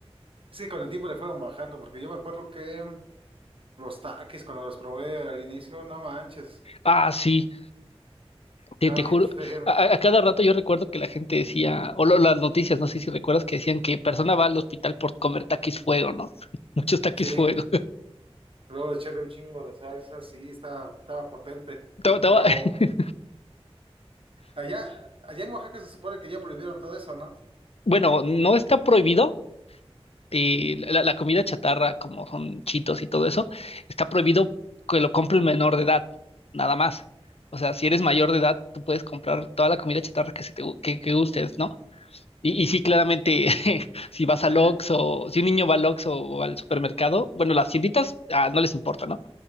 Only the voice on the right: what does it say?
Es que con el tiempo le fueron bajando, porque yo me acuerdo que mm, los taquis cuando los probé al inicio, no manches,
quedaba
bien feo.
Sí,
luego echarle un chingo de salsa, sí, estaba, estaba potente.
Pero
allá, allá en Oaxaca se supone que ya prohibieron todo eso, ¿no?
<laughs>